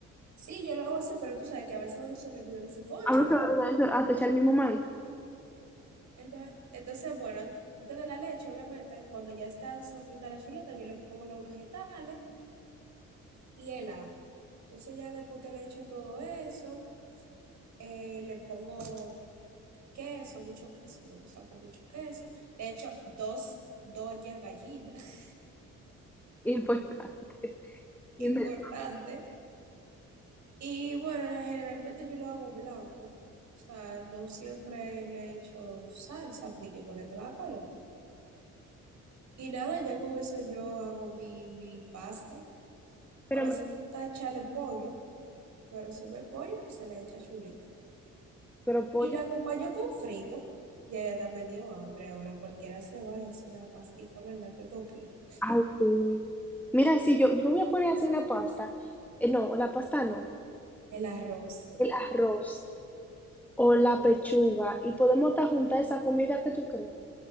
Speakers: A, on the right; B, in the centre.
A: Sí, yo lo hago así, pero tú sabes que a veces a uno se le olvida y dice, cóchale.
B: A uno se va a olvidar eso, hasta echar el mismo maíz. <laughs>
A: el ma-". Entonces, bueno, antes de la leche, obviamente, cuando ya está sofrita la chuleta, yo le pongo los vegetales y el ajo. Entonces, ya después que le echo todo eso, eh, le pongo queso, mucho queso, me gusta con mucho queso. Le echo dos, dos ya gallinas
B: Importante. Dime.
A: importante. Y bueno, generalmente yo lo hago blanco. O sea, no siempre le echo salsa, de que para que tenga color. Y nada, ya con eso yo hago mi, mi pasta.
B: Pero,
A: A veces
B: me-
A: me gusta echarle pollo, pero si no hay pollo, pues se le echa chuleta.
B: pero pollo.
A: Y la acompaño con frito. Ya, ya está medio hambre. Ahora cualquiera se va y hace una pastica, ¿verdad? ¿Qué tú opinas?
B: Ay, sí. Mira, si yo, yo me voy a poner a hacer una pasta, eh, no, la pasta no,
A: El arroz.
B: el arroz o la pechuga, y podemos hasta juntar esa comida que tú crees.